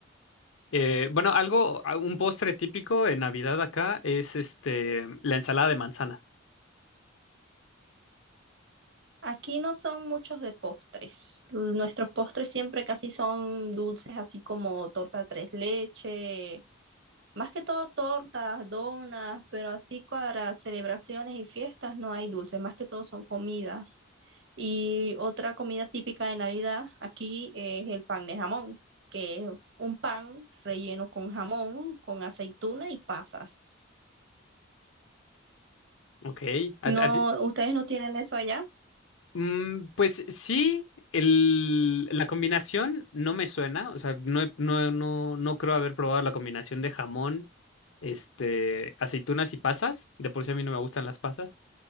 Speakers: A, on the left; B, on the right.
A: Eh, bueno, algo, a- un postre típico en Navidad acá es este, la ensalada de manzana.
B: Aquí no son muchos de postres. Nuestros postres siempre casi son dulces, así como torta tres leche, más que todo tortas, donas, pero así para celebraciones y fiestas no hay dulces, más que todo son comidas. Y otra comida típica de Navidad aquí es el pan de jamón, que es un pan relleno con jamón, con aceituna y pasas.
A: Ok. A-
B: No,
A: a ti-
B: ustedes no tienen eso allá.
A: mm, pues sí, el, la combinación no me suena. O sea, no, he- no, no, no creo haber probado la combinación de jamón, este, aceitunas y pasas. De por sí a mí no me gustan las pasas,